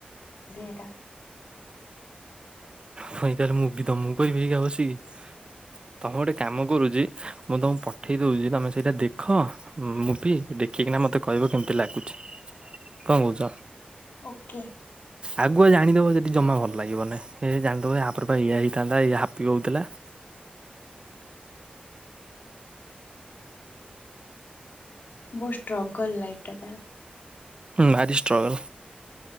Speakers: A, on the left; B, on the right.
A: <inaudible>
B: କଁ କହଲେ ମୁଁ ବି ତ ମୁଁ କରିବିଇକା ବସିକି ତମେ ଗୋଟେ କାମ କରୁଛି। ମୁଁ ତମକୁ ପଠେଇ ଦଉଛି ତମେ ସେଇଟା ଦେଖ। ହୁଁ ମୁଁ ବି ଦେଖିକିନା ମତେ କହିବ କେମତି ଲାଗୁଛି କଣ କହୁଛ?
A: ଓକେ।
B: ଆଗୁଆ ଜାଣିଦବ ଯଦି ଜମା ଭଲ ଲାଗିବନ ଜାଣି ୟପ ଇା ହେଇଥାନ୍ତା ଇଏ ହାପି ହଉଥିଲା।
A: ବହୁଷ୍ଟଷ୍ଟ। ଲ ଲାଇଫଟା ତର।
B: ଭାରି ଷ୍ଟ୍ରଗଲ